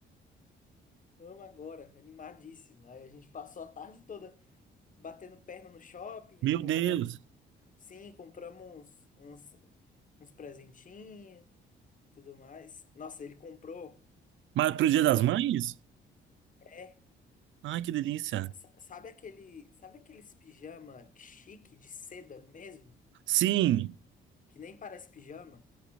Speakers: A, on the left; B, on the right.
A: vamos agora, animadíssimo. Aí a gente passou a tarde toda batendo perna no shopping,
B: Meu
A: compramos,
B: Deus.
A: sim, compramos uns, uns, uns presentinhos, tudo mais. Nossa, ele comprou,
B: Mas pro Dia das
A: sabe,
B: Mães?
A: é,
B: Ai, que delícia.
A: sa- sa- sabe aquele, sabe aqueles pijama chique de seda mesmo,
B: Sim.
A: que nem parece pijama?